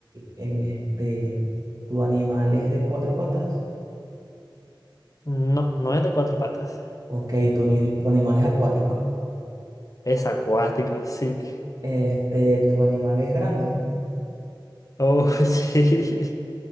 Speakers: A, on the right; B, on the left.
A: Este, ¿tu animal es de cuatro patas?
B: No, no es de cuatro patas.
A: Ok. ¿Tu, ni- tu animal es acuático?
B: Es acuático, sí.
A: Este, ¿tu animal es grande?
B: Oh, <laughs> sí.